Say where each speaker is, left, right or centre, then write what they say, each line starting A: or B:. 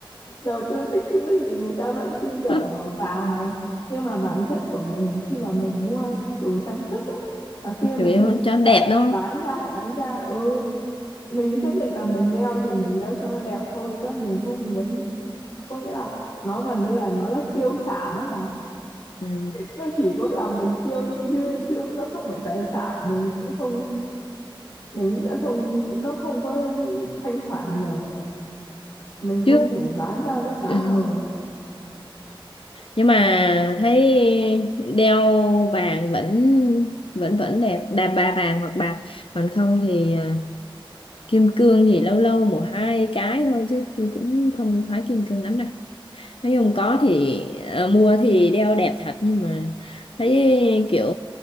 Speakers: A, on the left (about 40°); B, on the left (about 75°).
A: đầu tư tích trữ thì người ta vẫn tin tưởng
B: Hứ,
A: vào vàng mà nhưng mà bản chất của mình khi mà mình mua đồ trang sức ấy, là khi mình
B: chủ yếu cho đẹp
A: đã
B: thôi
A: bán ra bán ra ừ, mình xác định là mình đeo thì mình đeo cho nó đẹp thôi chứ mình không muốn có nghĩa là nó gần như là nó là tiêu sản đó là
B: ừ.
A: nó chỉ có là mình tiêu đi chứ chứ nó không phải tài sản mình sẽ không mình sẽ không nó không có thanh khoản nhiều mình không
B: trước
A: thể bán ra với giá
B: ừ.
A: hời
B: nhưng mà thấy đeo vàng vẫn vẫn vẫn đẹp đà bà vàng hoặc bạc còn không thì à, kim cương thì lâu lâu một hai cái thôi chứ tôi cũng không khoái kim cương lắm đâu nói chung có thì à, mua thì đeo đẹp thật nhưng mà thấy kiểu